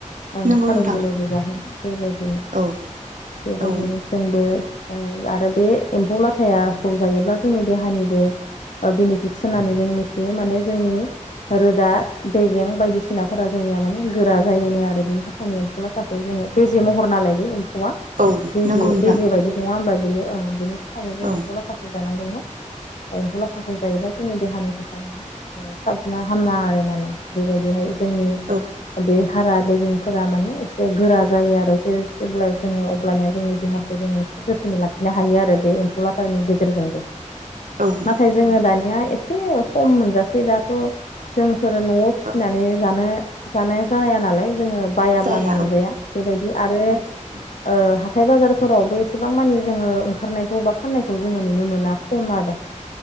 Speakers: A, on the left; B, on the right.
A: ओं
B: नंगौ
A: खारुन
B: नोंथां
A: बिलाइबो जाहोयो। बेबायदिनो
B: औ
A: बेबायदिनो
B: औ
A: जोंबो आरो बे एम्फौ लाथायाखौ जायोब्ला जोंनि देहानिबो बेनिफिट्स होननानै जों मिथियो माने जोंनि रोदा बेगें बायदिसिनाफोरा जोंनिया माने गोरा जायोनो आरो बिनि थाखायनो एम्फौ लाथाखौ जों बेेजे महर नालाय बे एम्फौवआ
B: औ
A: बेे
B: नंगौ नोंथां
A: बेजे बायदि नङा होनोमबा बेयो ओं बिनि थाखायनो जों
B: औ
A: एम्फौ लाथाखौ जानांगौनो। आंथ' ला थाखखौ जायोबा जोंनि देहानि थाखाय माने साबना हामना आरो माने बेबायदिहाय जोंनि
B: औ
A: बे हारा बेगेंफोरा माने एसे गोरा जायो आरो जे जेब्ला जोङो अब्लानिया जोंनि देहाखौ जोङो से जोथोनै लाखिनो हायो आरो बे एम्फौ लाथानि गेजेरजोंबो
B: औ
A: नाथाय जोङो
B: नंगौ
A: दानिया
B: नोंथां
A: एसे खम मोनजासै दाथ' जों फोर न'आव फिसिनानै
B: औ
A: जानो जानाया जानाया जाया नालाय। जोङो बायाब्लानो
B: जाया
A: मोनजाया
B: औ
A: बेबायदि आरो
B: मोनजाया
A: ओ हाथाय बाजारफोरावबो एसेबां मानि जोङो ओंखारनायखौ बा फाननायखौ जोङो नुनो मोना खम आरो।